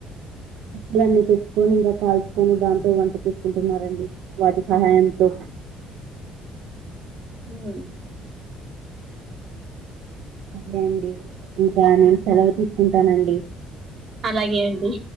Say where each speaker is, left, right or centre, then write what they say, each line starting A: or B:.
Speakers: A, on the right; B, on the right.
A: కట్లన్నీ తెచ్చుకొని ఇంకా కాల్చుకొని దాంతో వంట చేసుకుంటున్నారండి వాటి సహాయంతో
B: <unintelligible>
A: సరే అండి ఇంకా నేను సెలవు తీసుకుంటానండి,
B: అలాగే అండి